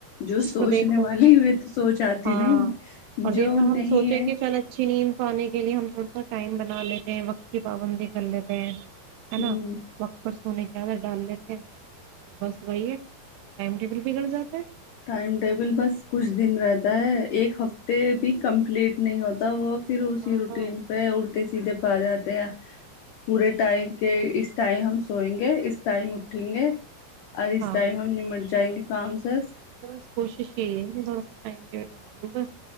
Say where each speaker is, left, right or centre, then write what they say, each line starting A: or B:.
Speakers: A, on the left (about 80°); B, on the right (about 80°).
A: جو سوچنے
B: اور دیکھو
A: والی ہوئے تو سوچ آتی
B: ہاں
A: نہیں
B: اور دیکھو
A: جو
B: ہم
A: نہیں
B: سوچیں
A: ہے
B: کہ چل اچھی نیند پانے کے لیے ہم تھوڑا سا ٹائم بنا لیتے ہیں وقت کی پابندی کر لیتے ہیں ہے نا
A: ہوں
B: وقت پر سونے کے کیاد ڈال لیتے ہیں تو بس وہی ہے ٹائم ٹیبل بگڑ جاتا ہے
A: ٹائم ٹیبل بس کچھ دن رہتا ہے ایک ہفتے بھی کمپلیٹ نہیں ہوتا وہ پھر اسی
B: ہاں
A: روٹیین
B: ہاں
A: پہ الٹے پا جاتات ہیں پورے ٹائم کے اس ٹائم ہم سوئیں گے اس ٹائم اٹھیں گے اور اس
B: ہاں
A: ٹائم ہم نمٹ جائیں گے فرامسس
B: س کوششے تھوڑا سا م بنا لوں بس